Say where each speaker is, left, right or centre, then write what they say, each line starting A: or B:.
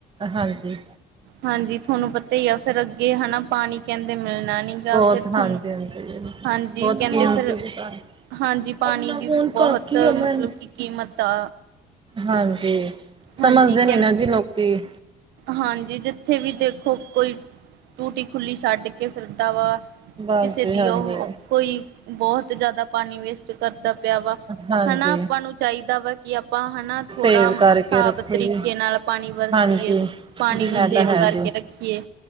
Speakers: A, on the right; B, on the right.
A: ਹਾਂਜੀ।
B: ਹਾਂਜੀ, ਥੋਨੂੰ ਪਤਾ ਈ ਆ ਫੇਰ ਅੱਗੇ ਹਨਾ ਪਾਣੀ ਲੈਂਦੇ ਮਿਲਣਾ ਨੀ।
A: ਬਹੁਤ
B: ਫਿਰ ਥੋਨੂੰ
A: ਹਾਂਜੀ ਹਾਂਜੀ
B: ਹਾਂਜੀ
A: ਬਹੁਤ
B: ਕਹਿੰਦੇ
A: ਕੀਮਤੀ
B: ਫਿਰ।
A: ਜੀ ਘਰ
B: ਹਾਂਜੀ ਪਾਣੀ
A: ਆਪਣਾ
B: ਦੀ
A: ਫੋਨ
B: ਬਹੁਤ
A: ਕਾਕੀ ਆ ਮੈਂ
B: ਮਤਲਬ ਕਿ ਕੀਮਤ ਆ
A: ਹਾਂਜੀ
B: ਹਾਂਜੀ
A: ਸਮਝਦੇ
B: ਕਹਿੰ
A: ਨੀ ਨਾ ਜੀ ਲੋਕੀ।
B: ਹਾਂਜੀ, ਜਿੱਥੇ ਵੀ ਦੇਖੋ ਕੋਈ ਟੂਟੀ ਖੁੱਲੀ ਛੱਡ ਕੇ ਫਿਰਦਾ ਵਾ।
A: ਬਸ
B: ਕਿਸੇ
A: ਜੀ
B: ਦੀ
A: ਹਾਂਜੀ।
B: ਉਹ ਕੋਈ ਬਹੁਤ ਜ਼ਿਆਦਾ ਪਾਣੀ ਵੇਸਟ ਕਰਦਾ ਪਿਆ ਵਾ
A: ਹਾਂਜੀ,
B: ਹਨਾ ਆਪਾਂ ਨੂੰ ਚਾਹੀਦਾ ਵਾ ਕਿ ਆਪਾਂ ਹਨਾ
A: ਸੇਵ
B: ਥੋੜ੍ਹਾ
A: ਕਰਕੇ
B: ਹਿਸਾਬ
A: ਰੱਖੋ
B: ਤਰੀਕੇ
A: ਜੀ,
B: ਨਾਲ ਪਾਣੀ ਵਰਤੀਏ
A: ਹਾਂਜੀ। ਐ
B: ਪਾਣੀ ਨੂੰ ਸੇਵ
A: ਤਾਂ ਹੈ
B: ਕਰਕੇ
A: ਜੀ,
B: ਰੱਖੀਏ